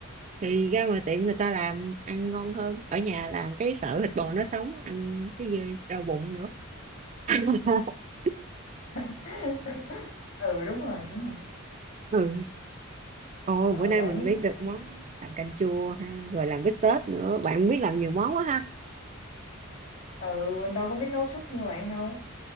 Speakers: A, on the right; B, on the left.
A: thì ra ngoài tiệm người ta làm ăn ngon hơn ở nhà làm cái sợ thịt bò nó sống ăn cái gì đau bụng nữa <laughs>
B: <laughs> ừ đúng rồi đúng rồi
A: ừ ồ
B: sợ
A: bữa nay
B: sợ
A: mình
B: nhất
A: biết được
B: là
A: món làm canh chua ha rồi làm bít tết nữa bạn biết làm nhiều món quá
B: ừ mình đâu có biết nấu súp như bạn đâu